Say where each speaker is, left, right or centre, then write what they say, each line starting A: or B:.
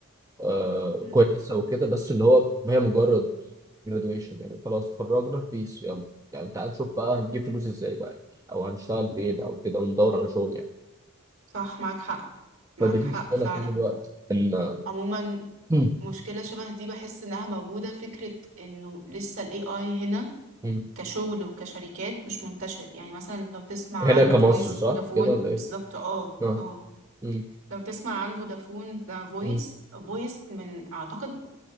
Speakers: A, on the right (about 15°); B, on the right (about 60°).
A: آه
B: مم.
A: كويسه وكده بس اللي هو ما هي مجرد جرادويشن يعني خلاص اتخرجنا بيس يلا يعني تعال نشوف بقى هنجيب فلوس ازاي بقى يعني او هنشتغل فين او كده وندور على شغل يعني
B: صح معاك حق معاك
A: فدي المشكله
B: حق فعلا
A: طول الوقت ان
B: عموما
A: مم.
B: مشكلة شبه دي بحس انها موجودة فكرة انه لسه ال AI هنا
A: مم.
B: كشغل وكشركات مش منتشر يعني مثلا لو تسمع عن
A: هنا كمصر
B: فويس
A: صح
B: فودافون
A: كده ولا ايه؟
B: بالظبط اه
A: اه
B: اه
A: مم.
B: لو تسمع عن فودافون ده فويس
A: مم.
B: فويس من اعتقد